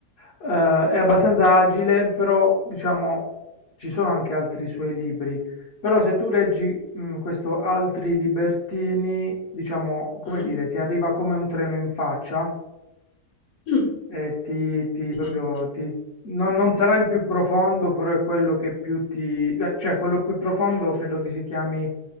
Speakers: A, on the left (about 50°); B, on the left (about 70°).
A: eh, è abbastanza agile, però, diciamo, ci sono anche altri suoi libri. Però se tu leggi, mm, questo Altri Libertini, diciamo, come
B: mm,
A: dire, ti arriva come un treno in faccia,
B: mm.
A: e ti, ti
B: Mhm.
A: proprio, ti- non, non sarà il più profondo, però è quello che più ti... eh, Cioè, quello più profondo credo che si chiami...